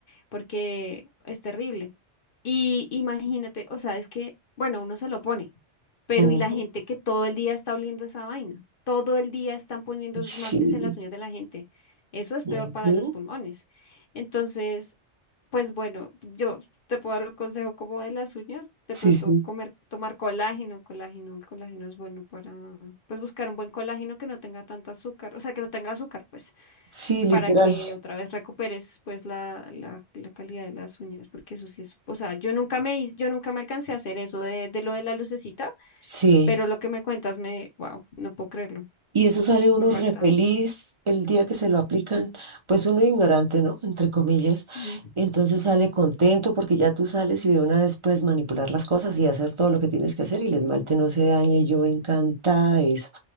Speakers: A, on the left; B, on the right.
A: porque es terrible. Y imagínate, o sea, es que, bueno, uno se lo pone. Pero
B: Ujú.
A: ¿y la gente que todo el día está oliendo esa vaina? Todo el día están poniendo esmaltes
B: Sí.
A: en las uñas de la gente. Eso es peor
B: ujú.
A: para los pulmones. Entonces, pues bueno, yo te puedo dar un consejo como de las uñas, de
B: Sí,
A: pronto
B: sí.
A: comer, tomar colágeno, colágeno, el colágeno es bueno para, pues buscar un buen colágeno que no tenga tanta azúcar, o sea, que no tenga azúcar, pues,
B: Sí, literal.
A: para que otra vez recuperes, pues, la, la, la calidad de las uñas, porque eso sí es, o sea, yo nunca me, hice- yo nunca me alcancé a hacer eso de, de lo de la lucecita,
B: Sí.
A: pero lo que me cuentas me, wow, no puedo creerlo,
B: Y eso sale uno
A: impactada.
B: re feliz el día que se lo aplican, pues uno ignorante, ¿no? Entre comillas.
A: Mm,
B: Entonces
A: <laughs> sí.
B: sale contento porque ya tú sales y de una vez puedes manipular las cosas y hacer todo lo que tienes que hacer y el esmalte no se daña y yo encantada de eso.